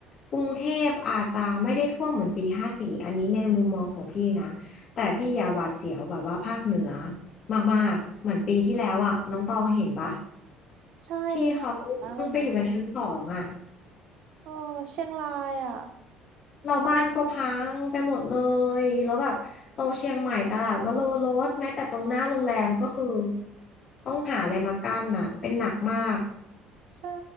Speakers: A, on the left; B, on the right.
A: กรุงเทพอาจจะไม่ได้ท่วมเหมือนปีห้าสี่อันนี้ในมุมมองของพี่นะแต่พี่อย่าหวาดเสียวแบบว่าภาคเหนือมากๆเหมือนปีที่แล้วอ่ะน้องตองเห็นปะ
B: ใช่มันโหดมากเลยนะ
A: ที่เขาเพิ่งไปอยู่กันชั้นสองอ่ะ
B: เออเชียงรายอ่ะ
A: เราบ้านก็พังไปหมดเลยแล้วแบบตรงเชียงใหม่ตลาดวโรรสแม้แต่ตรงหน้าโรงแรมก็คือต้องหาอะไรมากั้นน่ะเป็นหนักมาก
B: ใช่